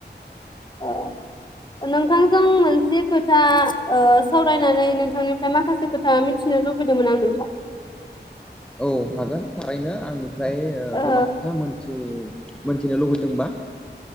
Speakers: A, on the left; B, in the centre.
A: अ नोंथांजों मोनसे खोथा सावरायनानै नोंथांनिफ्राय माखासे खोथा मिथिनो लुबैदोंमोन आं नोंथां।
B: औ हागोन थारैनो आंनिफ्राय
A: ओ
B: गोबां खोथा मोनथि मोनथिनो लुबैदोंबा